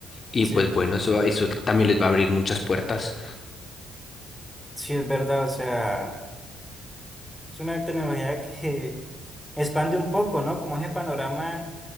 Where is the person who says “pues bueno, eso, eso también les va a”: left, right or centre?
Left